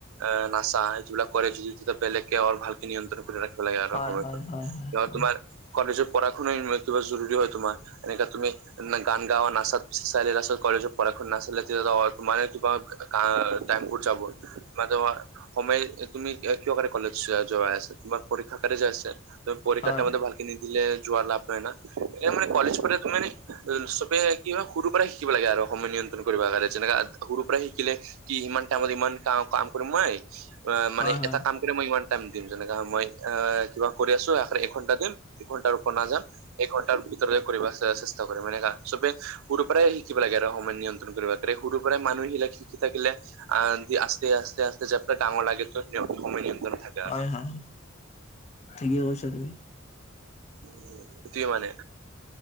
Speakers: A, on the right; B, on the left.
A: এহ নাচা এইবিলাক কৰে যদি তেতিয়া বেলেগকে অ, ভালকে নিয়ন্ত্ৰণ কৰে। ৰাখিব লাগে আৰু
B: হয়
A: সময়
B: হয় হয় হয়
A: তোমাৰ কলেজৰ পঢ়া-শুনা কিবা জৰুৰী হয় তোমাৰ এনেকা তুমি গান গাৱা, নাচাত চাইডৰ ৰাস্তাত কলেজত পঢ়া নাছিলে তেতিয়া তোমাৰে কিবা কা টেম্পুত যাব মানে তোমাৰ সময় তুমি কিয় কি কাৰনে কলেজ যোৱাই আছা, তোমাৰ পৰীক্ষা কাৰণে যোৱাই আছা নেকি? তহ পৰীক্ষা
B: হয়
A: টাইমতো ভালে কিনিদিলে যোৱা লাভ নাই না, এ মানে কলেজ কৰি মানে তুমি চবে কি হয় সৰু পৰা শিকিব লাগে আৰু সময় নিয়ন্ত্ৰণ কৰিব কাৰণে যেনেকা সৰুৰ পৰাই শিকিলে কি ইমান টাইমত ইমান ক কাম কৰিম মই, মানে
B: হয় হয়
A: এটা কাম বোলে মই ইমান টাইম দিম, যেনেকা মই অ, কিবা কৰি আছো আৰে এঘণ্টা দিম দুঘণ্টাৰ ওপৰত নাযাম, একঘণ্টাৰ ভিতৰত কৰিব চেষ্টা কৰিম এনেকা চবে সৰুৰ পৰাই শিকিব লাগে আৰু সময় নিয়ন্ত্ৰণ কৰিব পাৰি। সৰু পৰাই মানুহ এইবিলাক শিকি থাকিলে আহ আস্তে, আস্তে, আস্তে, যাবতাক ডাঙৰ লাগে ত সময় নিয়ন্ত্ৰণ থাকে আৰু
B: হয়, হয়, ঠিকে কৈছা তুমি
A: উ, সেইটোৱে মানে